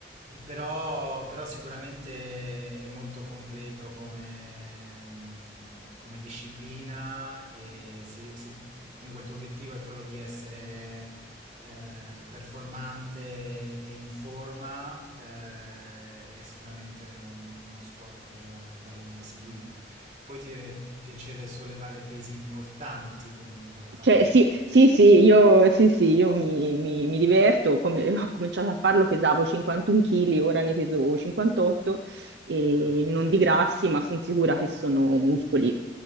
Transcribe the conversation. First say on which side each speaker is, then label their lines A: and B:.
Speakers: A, on the right; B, on the right.
A: però, però sicuramente è molto completo come, come disciplina e se, se comunque il tuo obiettivo è quello di essere eh, performante e in forma, eh, è sicuramente un- uno sport eh, bello da seguire. Poi ti deve piacere sollevare pesi importanti comunque, fare...
B: Cioè, sì, sì, sì, io, sì, sì, io mi, mi- mi diverto, come- ho cominciato a farlo, pesavo 51 kg, ora ne peso 58 e
A: Ah.
B: non di grassi, ma sono sicura che sono muscoli.